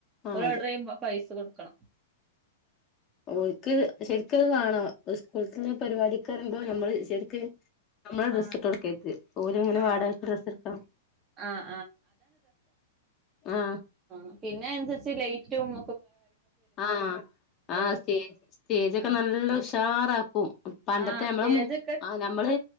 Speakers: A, on the left; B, on the right.
A: ആഹ്
B: ഒരു
A: അതെ
B: ഓർഡർ ചെയ്യുമ്പോ പൈസ കൊടുക്കും ക്കണം
A: ഓർക്ക് ശരിക്കത് വാണോ സ്കൂളന്ന് പരിപാടിക്ക് പരുപാടിക്കിറങ്ങുമ്പോ നമ്മള് ശരിക്ക് നമ്മള് ഡ്രസ്സിട്ട്
B: ആഹ്
A: കൊടുക്കരുത് ഓര് ഇങ്ങനെ
B: ആഹ്
A: വാടകക്ക് ഡ്രസ്സ് എടുക്കണം
B: ആഹ്
A: ആ
B: ആ പിന്നെ അനുസരിച്ച് ലേറ്റും
A: ആ ആ
B: രസാ
A: സ്റ്റേജ് സ്റ്റേജൊക്കെ
B: ആഹ്
A: നല്ല ഉഷാറാക്കും പണ്ടത്തെ
B: ആഹ് സ്റ്റേജൊക്കെ
A: നമ്മള് ആ നമ്മള്